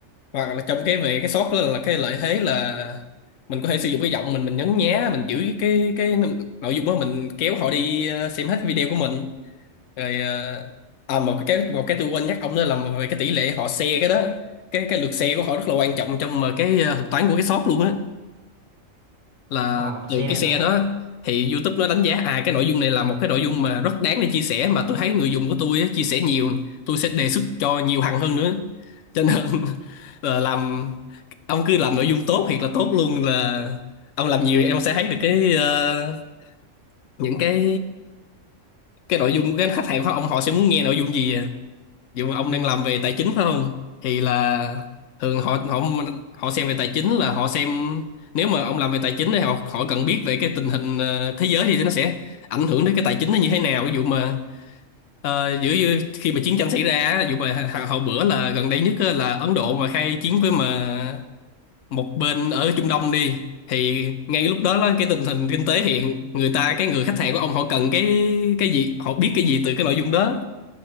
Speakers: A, on the left; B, on the right.
A: hoặc là trong cái về cái sót đó là cái lợi thế là mình có thể sử dụng cái giọng mình mình nhấn nhá mình giữ cái cái nội dung đó mình kéo họ đi ờ, xem hết video của mình rồi ờ, à một cái một cái tôi quên nhắc ông nữa là về cái tỷ lệ họ share cái đó cái cái lượt share của họ rất là quan trọng trong ờ, cái ờ, thuật toán của cái shop luôn á là
B: ờ
A: từ
B: xe
A: cái share
B: nữa
A: đó thì YouTube nó đánh giá à cái nội dung này là một cái nội dung mà rất đáng để chia sẻ mà tôi thấy người dùng của tôi á, chia sẻ nhiều tôi sẽ đề xuất cho nhiều hàng hơn nữa cho nên <laughs> là làm ông cứ làm nội dung tốt thiệt là tốt luôn là ông làm nhiều em sẽ thấy được cái ờ, những cái cái nội dung của cái khách hàng của ông họ sẽ muốn nghe nội dung gì à. dù mà ông
B: ừ
A: đang làm về tài chính phải không thì là thường họ họ họ xem về tài chính là họ xem nếu mà ông làm về tài chính thì họ họ cần biết về cái tình hình ờ, thế giới thì nó sẽ ảnh hưởng đến cái tài chính nó như thế nào ví dụ mà ờ, giữa như khi mà chiến tranh xảy ra á, ví dụ mà hồi, hồi bữa là gần đây nhất á, là Ấn Độ mà khai chiến với mà một bên ở Trung Đông đi thì ngay lúc đó là cái tình hình kinh tế hiện người ta cái người khách hàng của ông họ cần cái cái gì họ biết cái gì từ cái nội dung đó